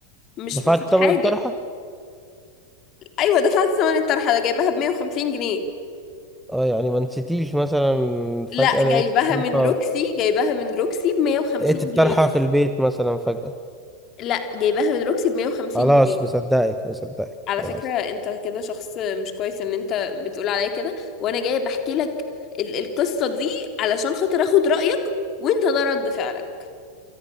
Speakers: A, on the left (about 35°); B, in the centre.
A: مش
B: دفعت
A: ما فيهاش
B: تمن
A: حاجة
B: الطرحة؟
A: ايوه دفعت ثمن الطرحة ده جايباها ب 150 جنيه
B: اه يعني ما نسيتيش مثلا فجأة
A: لا
B: لقيت
A: جايباها
B: الطرحة
A: من روكسي جايباها من روكسي ب 150
B: لقيت الطرحة
A: جنيه
B: في البيت مثلا فجأة
A: لا جايباها من روكسي ب 150
B: خلاص
A: جنيه
B: مصدقك مصدقك
A: على
B: خلاص
A: فكرة انت كده شخص مش كويس ان انت بتقول عليا كده وانا جاية بحكي لك ال- القصة دي علشان خاطر اخد رأيك وانت ده رد فعلك